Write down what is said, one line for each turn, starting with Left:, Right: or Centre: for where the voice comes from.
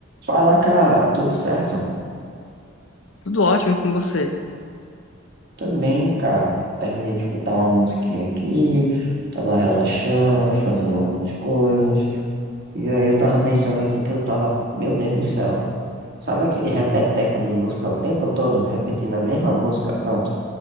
Right: Fala, cara, tudo certo?
Left: Tudo ótimo com você.
Right: Também, cara. Terminei de escutar uma musiquinha aqui, tava relaxando, fazendo algumas coisas. E aí eu tava pensando aqui que eu tava, meu Deus do céu. Sabe aquele repeteco de música o tempo todo, repetindo a mesma música, pronto.